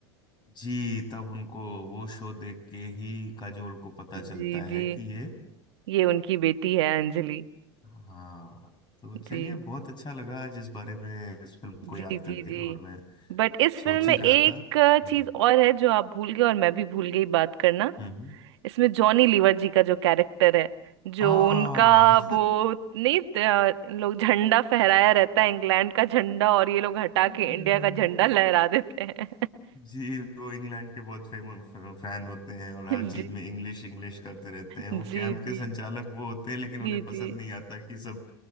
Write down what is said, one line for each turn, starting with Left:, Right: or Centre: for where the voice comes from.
Left: जी तब उनको वो शो देख के ही काजोल को पता
Right: जी
Left: चलता है
Right: जी
Left: कि ये
Right: ये उनकी बेटी है अंजलि
Left: हाँ तो चलिए
Right: जी
Left: बहुत अच्छा लगा आज इस बारे में इस फिल्म को
Right: जी
Left: याद
Right: जी
Left: करके
Right: जी
Left: और मैं
Right: बट इस
Left: सोच
Right: फिल्म
Left: ही
Right: में
Left: रहा
Right: एक
Left: था हम्म
Right: चीज और है जो आप भूल गए और मैं भी भूल गई बात करना
Left: हम्म हम्म।
Right: इसमें जॉनी लीवर जी का जो कैरेक्टर है जो
Left: आ
Right: उनका वो नहीं अ, लोग झंडा फहराया रहता है इंग्लैंड का झंडा और ये लोग हटा के
Left: <laughs> अ,
Right: इंडिया का झंडा लहरा देते हैं
Left: जी वो इंग्लैंड के बहुत फेमस फैन होते हैं और
Right: <laughs>
Left: हर
Right: जी
Left: चीज में इंग्लिश इंग्लिश करते रहते हैं वो
Right: जी
Left: कैंप के
Right: जी
Left: संचालक वो होते हैं लेकिन
Right: जी
Left: उन्हें पसंद
Right: जी
Left: नहीं आता कि सब